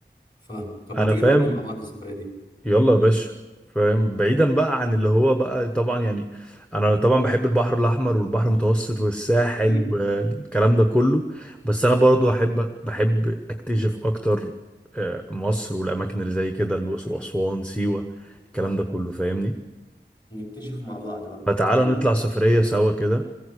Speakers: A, on the left; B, in the centre.
A: فاهمك طب
B: انا
A: ما تيجي
B: فاهم
A: نودي مع بعض السفرية دي
B: يلا يا باشا فاهم بعيدا بقى عن اللي هو بقى طبعا يعني انا طبعا بحب البحر الاحمر والبحر المتوسط والساحل
A: اكيد
B: والكلام ده كله بس انا برضو احب بحب اكتشف اكتر آه، مصر والاماكن اللي زي كده الاقصر واسوان سيوه الكلام ده كله فاهمني
A: نكتشف مع بعض بقى
B: فتعالى
A: يلا
B: نطلع
A: بينا
B: سفريه سوا كده